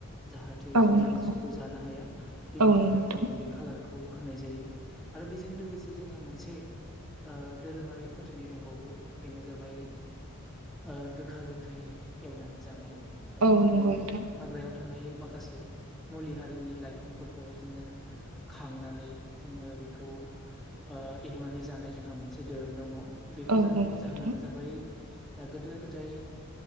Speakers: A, in the centre; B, on the right.
A: जाहाथे
B: औ
A: जोंनि
B: नंगौ
A: मोसौखौ जानो हाया बेनि
B: औ नंगौ
A: थाखाय
B: नोंथां
A: जोङो बे खालारखौ खौ होनाय जायो आरो बेजों लोगोसे जोंहा मोनसे ओ दोरोङारि फोथायनाय दंबावो बेनो जाबाय ओ गोखा गोखै एवनानै जानाय। ओ
B: औ
A: हाग्रानि
B: नंगौ नोंथां
A: हाग्रायाव थानाय माखासे मुलि हारिनि लाइ फां फारखौहाय जोंओ खंनानै जों बेखौ ओ एउनानै जानाय जायो जोंहा मोनसे दधोरोम दङ बेखौ
B: औ
A: जानायनि
B: नंगौ नोंथां
A: जाहोनानो जाबाय द गोदो गोदाय